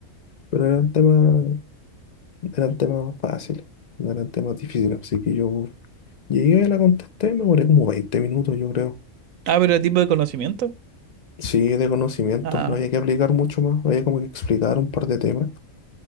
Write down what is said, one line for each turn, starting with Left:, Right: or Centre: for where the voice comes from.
Left: pero eran temas, eran temas fáciles, no eran temas difíciles. Así que yo llegué, la contesté, me demoré como 20 minutos, yo creo.
Right: Ah, pero el tipo de conocimiento.
Left: Sí, de conocimientos,
Right: Ah,
Left: no había que aplicar mucho más, había como que explicar un par de temas,